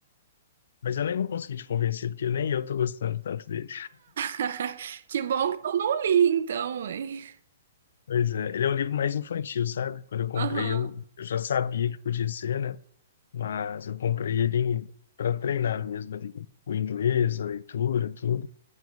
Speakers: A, on the left; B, on the right.
A: Mas eu nem vou conseguir te convencer, porque nem eu tô gostando tanto dele.
B: <laughs> Que bom que eu não li, então, hein?
A: Pois é, ele é um livro mais infantil, sabe? Quando eu comprei,
B: Aham,
A: eu, eu já sabia que podia ser, né? Mas eu comprei ele para treinar mesmo ali, o inglês, a leitura, tudo.